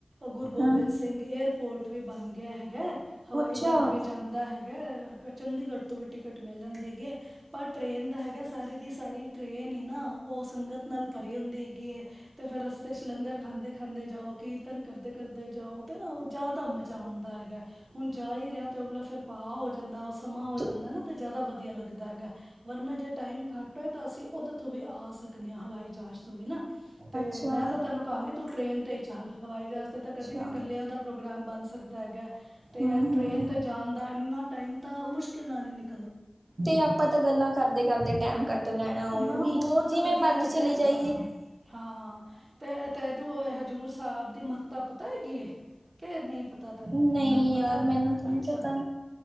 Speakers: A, on the right; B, on the right.
A: ਗੁਰੂ ਗੋਬਿੰਦ
B: ਹਾਂ
A: ਸਿੰਘ ਸਿੰਘ ਏਅਰਪੋਰਟ ਵੀ ਬਣ ਗਿਆ ਹੈਗਾ, ਹਵਾਈ
B: ਅੱਛਾ
A: ਜਹਾਜ਼ ਵੀ ਜਾਂਦਾ ਹੈਗਾ ਹੈਗਾ, ਚੰਡੀਗੜ੍ਹ ਤੋਂ ਵੀ ਟਿਕਟ ਮਿਲ ਜਾਂਦੀ ਹੈਗੀ ਐ ਪਰ ਟ੍ਰਰੇਨ ਦਾ ਹੈਗਾ ਸਾਰੀ ਦੀ ਸਾਰੀ ਟ੍ਰਰੇਨ ਈ ਨਾ, ਉਹ ਸੰਗਤ ਨਾਲ ਭਰੀ ਹੁੰਦੀ ਹੈਗੀ ਹੈ ਤੇ ਫਿਰ ਰਸਤੇ ਚੱ ਲੰਗਰ ਖਾਂਦੇ ਖਾਂਦੇ ਜਾਓ, ਕੀਰਤਨ ਕਰਦੇ ਕਰਦੇ ਜਾਓ, ਤਾਂ ਨਾ ਉਹ ਜ਼ਿਆਦਾ ਮਜ਼ਾ ਆਉਂਦਾ ਹੈਗਾ ਹੁਣ ਜਾ ਹੀ ਰਿਹਾ ਤੇ ਉਹ ਫਿਰ ਭਾਹ ਹੋ ਜਾਂਦਾ ਉਹ ਸਮਾਂ ਹੋ
B: ਤ-
A: ਜਾਂਦਾ ਨਾ, ਤੇ ਜ਼ਿਆਦਾ ਵਧੀਆ ਲੱਗਦਾ ਹੈਗਾ ਵਰਨਾ ਜੇ ਟਾਈਮ ਘੱਟ ਹੋਏ ਤਾਂ ਅਸੀਂ ਉਦੋਂ ਤੋਂ ਵੀ ਆ ਸਕਦੇ ਆਂ, ਹਵਾਈ ਜਹਾਜ਼ ਤੋਂ ਵੀ ਨਾ ਤੇ
B: ਅੱਛਾ
A: ਮੈਂ ਤਾਂ ਤੈਨੂੰ ਕਹਾਂਗੀ ਤੂੰ ਟ੍ਰਰੇਨ ਤੇ ਚੱਲ ਹਵਾਈ ਜਹਾਜ਼ ਤੇ ਤਾਂ
B: ਅੱਛਾ
A: ਕਦੇ ਵੀ ਇਕੱਲਿਆਂ ਦਾ ਪ੍ਰੋਗਰਾਮ ਬਣ ਸਕਦਾ ਹੈਗਾ, ਤੇ
B: ਹੂੰ
A: ਐ ਟ੍ਰੇਨ
B: ਹੂੰ
A: ਤੇ ਜਾਣ ਦਾ ਇੰਨਾ ਟਾਈਮ ਤਾਂ ਮੁਸ਼ਕਿਲ ਨਾਲ ਹੀ ਨਿਕਲ
B: ਤੇ ਆਪਾਂ ਤਾਂ ਗੱਲਾਂ ਕਰਦੇ ਕਰਦੇ ਟਾਈਮ ਕੱਟ ਲੈਣਾ ਉਂਜ
A: ਨਾ
B: ਵੀ
A: ਬਹੁਤ
B: ਜੀ
A: ਵਧੀਆ
B: ਮਰਜ਼ੀ
A: ਹੈਗਾ
B: ਚਲੇ ਜਾਈਏ
A: ਹਾਂ ਹਾਂ ਤੇ ਉਦੇ ਹਜ਼ੂਰ ਸਾਹਿਬ ਦੀ ਮਹਤੱਤਾ ਪਤਾ ਹੈਗੀ ਐ ਕਿ ਨਹੀਂ ਪਤਾ ਤੈਨੂੰ
B: ਨਹੀਂ
A: ਤੈਨੂੰ ਪਤਾ
B: ਯਾਰ ਮੈਨੂੰ ਤੇ ਨਹੀਂ
A: ਅੱਛਾ
B: ਪਤਾ